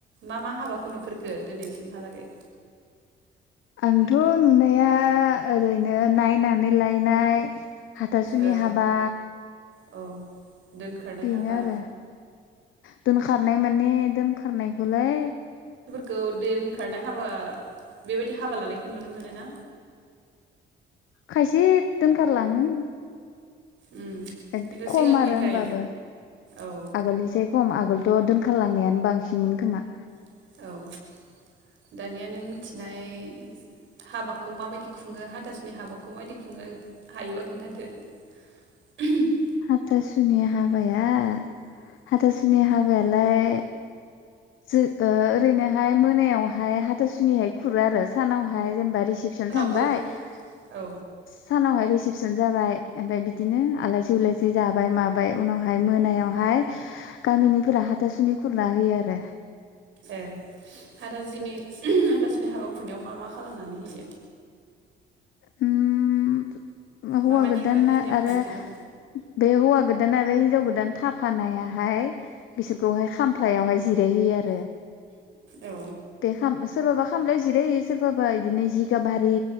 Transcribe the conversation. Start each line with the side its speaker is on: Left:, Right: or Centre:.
Right: मा मा हाबाखौ नुफेरखो दिनैसिमहालागै?
Left: आंथ' नुनाया ओरैनो नायनानै लायनाय हाथासुनि
Right: औ
Left: हाबा
Right: औ दोनखारनाय
Left: बेनो
Right: हाबा
Left: आरो दोनखारनाय माने दोनखारनायखौलाय
Right: खौ दोनखारनाय हाबा बेबादि हाबा लानायखौ नुनो मोनोना
Left: खायसे दोनखारलाङो
Right: उम
Left: <unintelligible>
Right: खिन्थु
Left: खम
Right: सिगांनिफ्राय
Left: आरो होनबाबो
Right: औ
Left: आगोलनिसाय खम आगोल थ' दोनखारलांनायानो बांसिनमोन खोमा
Right: <inaudible>
Left: हाथासुनि हाबाया हाथासुनि हाबायालाय जो ओरैनोहाय मोनायावहाय हाथासुनिहाय खुरो आरो सानावहाय जेनबा रिसिपसन थांबाय
Right: सानावबो औ
Left: सानावहाय रि सिपसन जाबाय ओमफ्राय बिदिनो आलासि उलासि जाबाय माबाय उनावहाय मोनायावहाय गामिनिफोरा हाथासुनि खुरना होयो आरो।
Right: ए हादाजिनि हाथासुनि हाबाखौ खुरनायाव मा मा खालामनानै होयो।
Left: उम हौवा
Right: माबायदि
Left: गोदाना
Right: माबायदि नेमखान्थि
Left: आरो
Right: दं
Left: बे हुवा गोदोन आरो हि जाव गोदान थाफानायाहाय बिसोरखौहाय खामफ्लायावहाय जिराय होयो आरो
Right: औ
Left: दे खाम सोरबाबा खामलायाव जिरायो सोरबाबा बिदिनो जिगाबारि